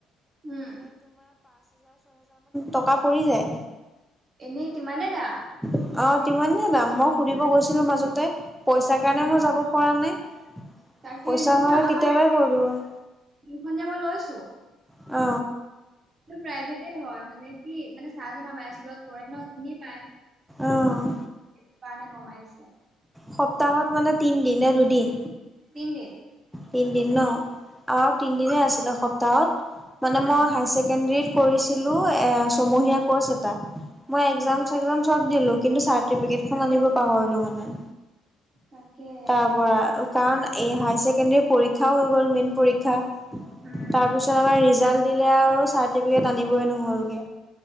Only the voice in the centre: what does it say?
টকা পৰি যায়
আহ তিমানহে দাম মই সুধিব গৈছিলো মাজতে পইচাৰ কাৰণে
হে যাব পৰা নাই
পইচা
হয়
কেতিয়াবাই কৰিলো হয়
অ
আহ
সপ্তাহত মানে তিন নে দুদিন
তিনদিন ন আমাক তিনদিনে আছিলে সপ্তাহত মানে
মই হায় ছেকেণ্ডৰীত কৰিছিলো এ ছমহীয়া কৰ্চ এটা মই
একাম চব দিলো কিন্তু চাৰট আনিব পাহৰিলো মানে
তাৰ পৰা কাৰণ এই হায় ছেকেণ্ডী পৰীক্ষাও হৈ গল মেইন পৰীক্ষা
তাৰ পিছত আমাৰ এক্সাম দিলে আও চাৰ্টিফিকেট আনিব নহল গে